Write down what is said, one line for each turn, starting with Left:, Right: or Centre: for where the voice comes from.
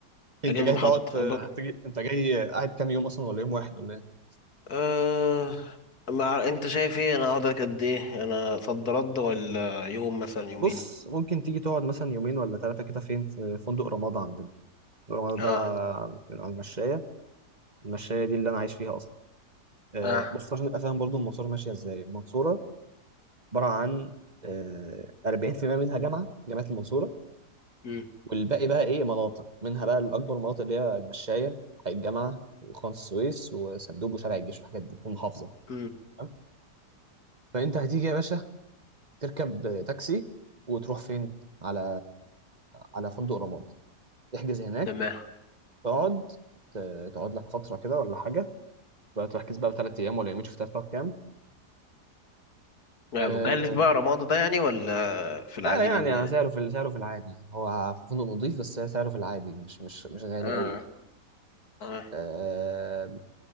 Right: انت
Left: اجي
Right: جاي
Left: من المحطه
Right: تقعد في-
Left: أبط-
Right: هتجي انت جاي قاعد كام يوم اصلا ولا يوم واحد ولا ايه
Left: آه مع انت شايف ايه انا اقعد لك قد ايه انا صد رد ولا يوم مثلا يومين
Right: بص ممكن تيجي تقعد مثلا يومين ولا ثلاثه كده فين في فندق رمضان عندنا الرمادة
Left: اه
Right: ده من على المشاية المشاية دي اللي أنا عايش فيها أصلا آه،
Left: اه
Right: بص عشان تبقى فاهم برضو المنصورة ماشية إزاي المنصورة عبارة عن آه، 40% منها جامعة جامعة المنصورة
Left: مم.
Right: والباقي بقى إيه مناطق منها بقى الأكبر مناطق اللي هي المشاية حي الجامعة وخان السويس وسندوب وشارع الجيش والحاجات دي والمحافظة
Left: مم.
Right: تمام؟ فأنت هتيجي يا باشا تركب تاكسي وتروح فين؟ على على فندق رماد تحجز هناك
Left: تمام
Right: تقعد ت- تقعد لك فترة كده ولا حاجة بقى تركيز بقى بثلاث ايام ولا يومين شفتها في كام
Left: لا
Right: آه
Left: مكلف بقى رمادة ده يعني ولا في العادي
Right: لا يعني
Left: منه
Right: أنا
Left: يعني
Right: سعره في سعره في العادي هو في فندق نظيف بس سعره في العادي مش مش مش غالي
Left: اه
Right: قوي يعني.
Left: اه
Right: آه